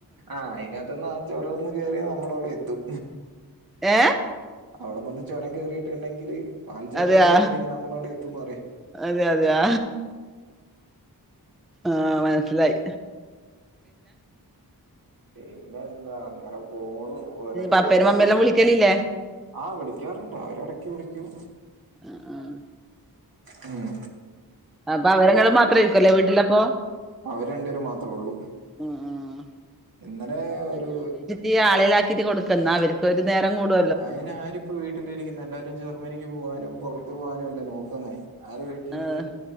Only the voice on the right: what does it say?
ആഹ് അയ്നകത്ത്ന്നാ ആ ചൊരൊന്ന് കേറിയ നമ്മടെ അവടെ എത്തും
അവ്ടെ നിന്ന് ചൊരം കേറിയിട്ടുണ്ടെങ്കില് പാൽ ചുരം
കേറിയിട്ടുണ്ടെങ്കി നമ്മൾ അവ്ടെ എത്തൂന്ന് പറയ്
പിന്നെ എന്താ അങ്ങനെ പോണ് ഓരോരോ
പരു
ആ വിളിക്കാറുണ്ട് അവരിടക്ക് വിളിക്കും
ഉം
അവര് രണ്ടുപേര് മാത്രേ ഉള്ളൂ
ഇന്നലെ ഒരു
അയിന് ആരിപ്പോ വീട്ടിലിരിക്കുന്ന് എല്ലാരും ജർമ്മനിക്ക് പോകാനും പുറത്തു പോകാനും അല്ലേ നോക്കുന്നേ ആര് വീ <unintelligible>